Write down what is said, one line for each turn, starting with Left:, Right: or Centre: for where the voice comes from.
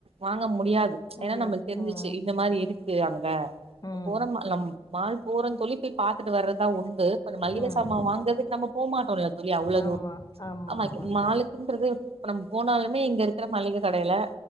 Right: வாங்க முும் முடியாது
Left: முடியாது
Right: ஏன்னா நம் தெரிஞ்சிச்சு
Left: ம்
Right: இந்த மாதிரி இருக்கு அங்க
Left: ம்
Right: போறேமலாம் மால் பூரம் சொழி பாத்துட்டு வறது உண்டு மல்லிகை
Left: ம்
Right: சாாமான் வாங்கறக்கு நம்ம போக மாட்டோம்லா தோலி அவ்வளவு
Left: ஆமாம்
Right: தூர
Left: ஆமாம்
Right: மான்
Left: ஆமாம்
Right: மலுகுன்றது
Left: தோழி
Right: இப்ப நம்ம போனாலுமே இங்க இருக்கிற மளிகை கடையில